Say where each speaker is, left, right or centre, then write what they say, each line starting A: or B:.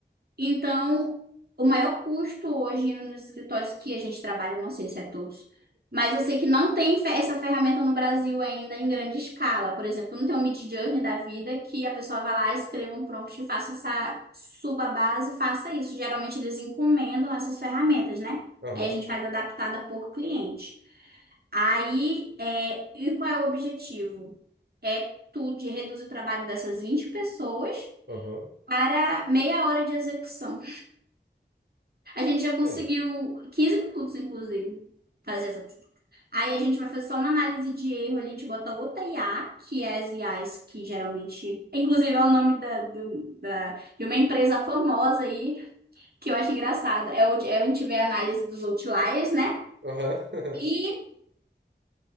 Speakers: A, on the right; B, on the right.
A: Então, o maior custo hoje nos escritórios que a gente trabalha, eu não sei se é todos, mas eu sei que não tem fe- essa ferramenta no Brasil ainda em grande escala. Por exemplo, não tem um Midjourney da vida que a pessoa vá lá, escreva um prompt e faça essa, suba a base e faça isso. Geralmente eles encomendam essas ferramentas, né?
B: aham,
A: Aí a gente faz adaptada por cliente. Aí, é, e qual é o objetivo? É tu de reduzir o trabalho dessas 20 pessoas
B: aham,
A: para meia hora de execução. A gente já conseguiu
B: é,
A: 15 minutos, inclusive, fazer essa. Aí a gente vai fazer só uma análise de erro ali, te bota outra IA, que é as IAs que geralmente. Inclusive, é o nome da, do- da- de uma empresa famosa aí, que eu acho engraçado. É, onde- é a gente vê a análise dos outliers, né?
B: aham. <laughs>
A: E